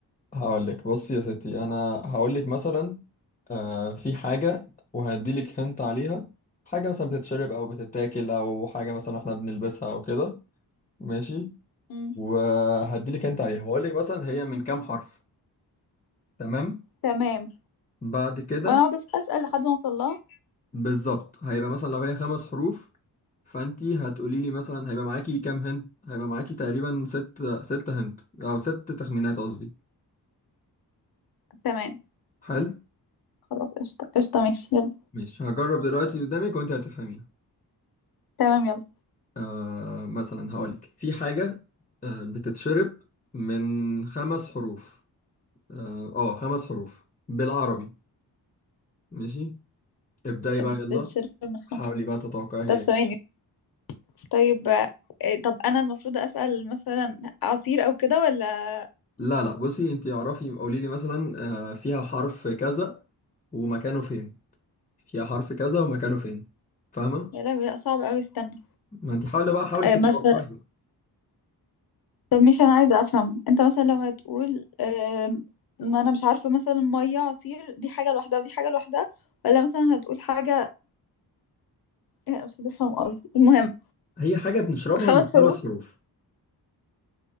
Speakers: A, on the left; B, on the left.
A: هقولك بصي يا ستي أنا هقولك مثلا آه في حاجة وهديلك هنت عليها حاجة مثلا بتتشرب أو بتتاكل أو حاجة مثلا احنا بنلبسها أو كده ماشي
B: مم.
A: وهديلك هنت عليها وهقولك مثلا هي من كام حرف تمام؟
B: تمام
A: بعد كده
B: وانا اقعد أس- اسال لحد ما اوصل لها
A: بالظبط هيبقى مثلا لو هي خمس حروف فانتي هتقولي لي مثلا هيبقى معاكي كام هنت هيبقى معاكي تقريبا ست ست هنت او ست تخمينات قصدي
B: تمام
A: حلو
B: خلاص قشطه قشطه ماشي يلا
A: مش هجرب دلوقتي قدامك وانتي هتفهميها
B: تمام يلا
A: آه مثلا هقولك في حاجة آه بتتشرب من خمس حروف اه آه، خمس حروف بالعربي ماشي ابدأي
B: بتتشرب
A: بقى يلا
B: من خمس
A: حاولي بقى تتوقعي هي
B: طب ثواني
A: إيه.
B: طيب آه، إيه، طب انا المفروض اسال مثلا عصير او كده ولا
A: لا لا بصي انتي اعرفي قولي لي مثلا آه فيها حرف كذا ومكانه فين فيها حرف كذا ومكانه فين فاهمة؟
B: يا لهوي لا صعب قوي استنى
A: ما انت حاولي بقى حاولي
B: آه،
A: تتوقعي
B: مثلا
A: بقى.
B: طب مش انا عايزه افهم انت مثلا لو هتقول آم، ما انا مش عارفه مثلا ميه عصير دي حاجه لوحدها ودي حاجه لوحدها ولا مثلا هتقول حاجه إيه، مش هتفهم قصدي المهم
A: هي حاجة بنشربها
B: خمس
A: من
B: حروف
A: خمس حروف